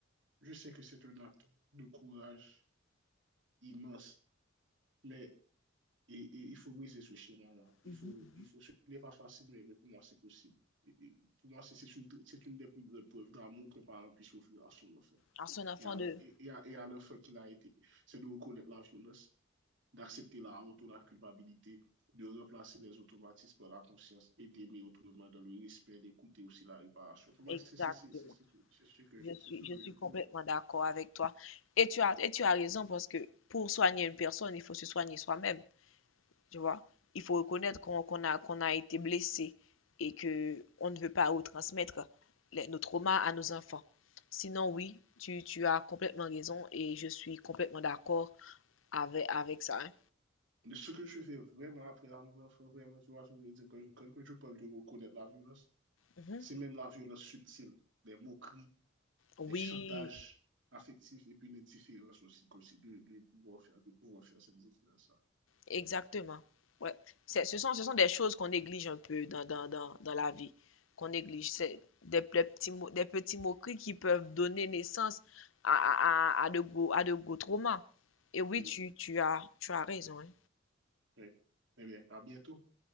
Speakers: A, on the right; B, on the left.
A: je sais que c'est un acte de courage immense, mais et, et il faut briser ce schéma-là. Il
B: mhm.
A: faut, il faut, ce n'est pas facile, mais, mais pour moi, c'est possible. Et- et pour moi, c'est c'est une, c'est une des plus grandes preuves d'amour qu'un parent puisse offrir à son enfant
B: à son enfant
A: et à le-
B: de...
A: et- et à- et à l'enfant qu'il a été. C'est de reconnaître la violence d'accepter la honte ou la culpabilité, de remplacer les automatismes par la conscience et d'aimer autrement dans le respect, d'écouter aussi la réparation. C'est
B: Exactement.
A: ce que
B: Je
A: je,
B: suis,
A: ce que je
B: je suis
A: pourrais.
B: complètement d'accord avec toi. Et tu as, et tu as raison parce que pour soigner une personne, il faut se soigner soi-même, tu vois. Il faut reconnaître qu'on qu'on a, qu'on a été blessé et que on ne veut pas retransmettre les- nos traumas à nos enfants. Sinon, oui, tu, tu as complètement raison et je suis complètement d'accord avec, avec ça. hein.
A: Mais ce que je fais vraiment après à mon enfant, vraiment, tu vois, je veux dire, quand, quand je parle de reconnaître la violence,
B: Mhm.
A: c'est même la violence subtile, les moqueries,
B: Oui.
A: les chantages affectifs et puis les différences aussi, comme si de, de pouvoir faire, de pouvoir faire cette différence-là.
B: Exactement. Ouais. C'est, ce sont, ce sont des choses qu'on néglige un peu dans, dans, dans, dans la vie, qu'on néglige. C'est des, des petits, mo- des petits moqueries qui peuvent donner naissance à, à, à- à de gros, à de gros traumas. Et oui,
A: Oui,
B: tu, tu as, tu as raison, hein.
A: oui. Eh bien, à bientôt.